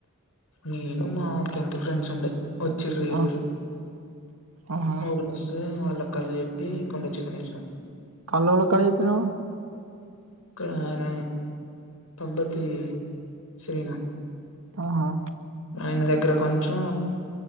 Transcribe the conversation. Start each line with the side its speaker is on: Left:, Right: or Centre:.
Left: నేను మా టెంన్త్ ఫ్రెండ్స్ ఉండే వచ్చిర్రు ఈరోజు
Right: ఆ ఆహా
Left: ఊరోస్సే వాల్ కళ్ళు చెప్పి కుండ చికెన్ ఎషిన్నాం
Right: కల్లేవల కడ చెప్పినవ్
Left: ఇక్కడ ఆయన పబ్బతి శ్రీను
Right: ఆహా
Left: ఆయన దగ్గర కొంచెం